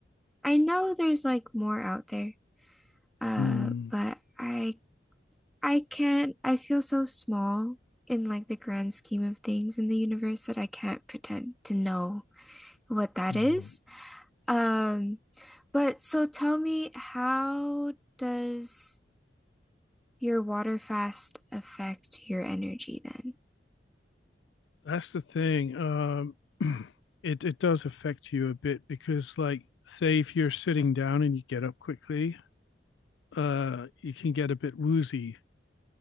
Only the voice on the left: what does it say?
Mm,
mm.
That's the thing. Um, <clears throat> it it does affect you a bit because, like, say if you're sitting down and you get up quickly, uh, you can get a bit woozy.